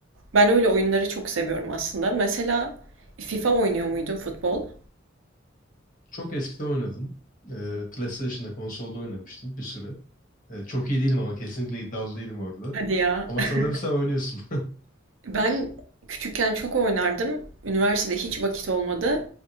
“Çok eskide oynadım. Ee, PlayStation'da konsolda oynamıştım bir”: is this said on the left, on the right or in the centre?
Left